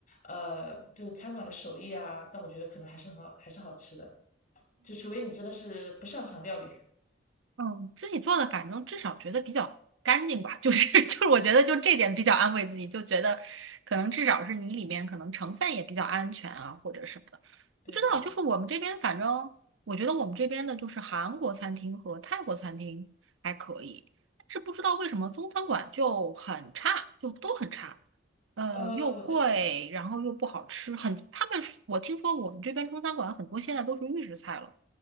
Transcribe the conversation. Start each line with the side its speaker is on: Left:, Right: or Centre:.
Left: 呃，就是餐馆的手艺啊，但我觉得可能还是很好，还是好吃的，就除非你真的是不擅长料理。
Right: 嗯，自己做的，反正至少觉得比较干净吧，就是 <laughs> 就是，我觉得就这点比较安慰自己，就觉得可能至少是你里面可能成分也比较安全啊，或者什么的。
Left: 对对，
Right: 不知道，就是我们这边，反正我觉得我们这边的就是韩国餐厅和泰国餐厅还可以，但是不知道为什么中餐馆就很差，就都很差，呃，
Left: 呃，
Right: 又贵，
Left: 我的，嗯，
Right: 然后又不好吃，很，他们我听说我们这边中餐馆很多现在都是预制菜了，